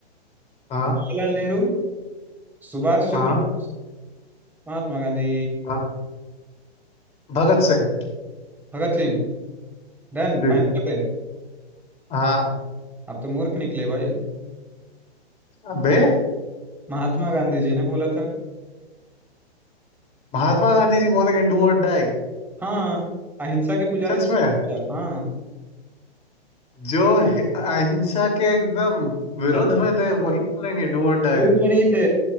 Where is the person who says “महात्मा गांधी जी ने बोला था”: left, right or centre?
Centre